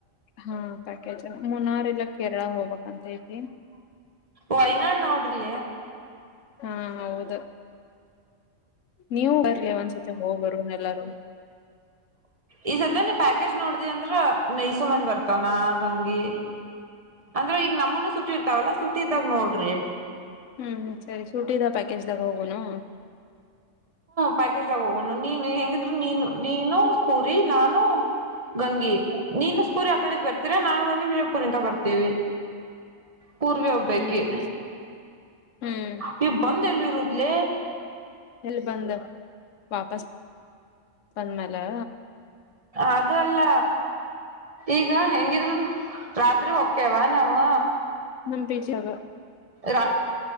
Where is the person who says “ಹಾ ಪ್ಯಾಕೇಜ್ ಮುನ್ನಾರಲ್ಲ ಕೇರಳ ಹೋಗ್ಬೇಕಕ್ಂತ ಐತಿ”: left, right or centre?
Left